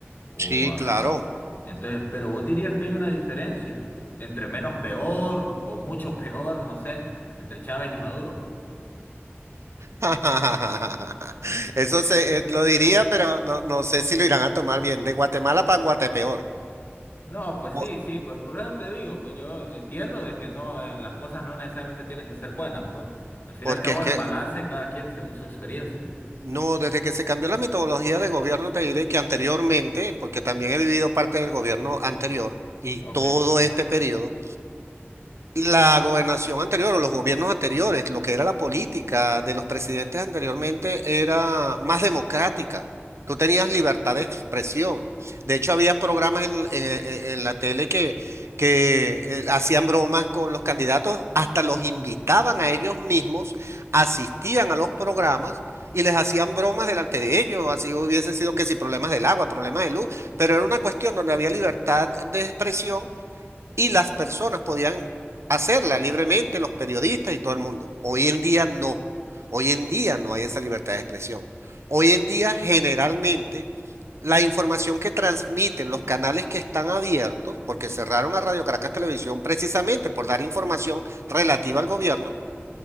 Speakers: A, on the left (about 45°); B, on the right (about 85°).
A: o
B: Sí,
A: ah,
B: claro.
A: es- entonces, pero vos dirías que hay una diferencia entre menos peor o mucho peor, no sé, entre Chávez y Maduro.
B: <laughs> Eso se, eh, lo diría, pero no, no sé si lo irán a tomar bien, de Guatemala para Guatepeor.
A: No, pues sí,
B: Po-
A: sí, por, por eso te digo, pues yo entiendo de que no, eh, las cosas no necesariamente tienen que ser buenas, pues al fin
B: Porque
A: y al cabo
B: es que
A: el balance de cada quien según su experiencia.
B: No, desde que se cambió la metodología de gobierno, te diré que anteriormente, porque también he vivido parte del gobierno anterior y
A: Ok,
B: todo este periodo. La gobernación anterior o los gobiernos anteriores, lo que era la política de los presidentes anteriormente era más democrática. Tú tenías libertad de expresión. De hecho, había programas en, en- en- en la tele que, que eh, hacían bromas con los candidatos, hasta los invitaban a ellos mismos, asistían a los programas y les hacían bromas delante de ellos. Así hubiesen sido que si problemas del agua, problemas de luz, pero era una cuestión donde había libertad de expresión y las personas podían hacerla libremente, los periodistas y todo el mundo. Hoy en día no. Hoy en día no hay esa libertad de expresión. Hoy en día generalmente la información que transmiten los canales que están abiertos, porque cerraron a Radio Caracas Televisión precisamente por dar información relativa al gobierno,